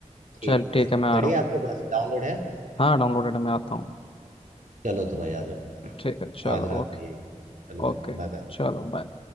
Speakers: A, on the right; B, on the left.
A: ठीक
B: चल ठीक
A: अ,
B: है मैं आ
A: पड़ी
B: रहा
A: है
B: हूँ
A: आपके पास डाउनलोड है
B: हाँ डाउनलोडेड है मैं आता हूँ
A: चलो तो भाई आ जाओ
B: ठीक है चलो
A: आज रात
B: ओके
A: का यही चलो भाई
B: ओके
A: बाय बाय
B: चलो बाय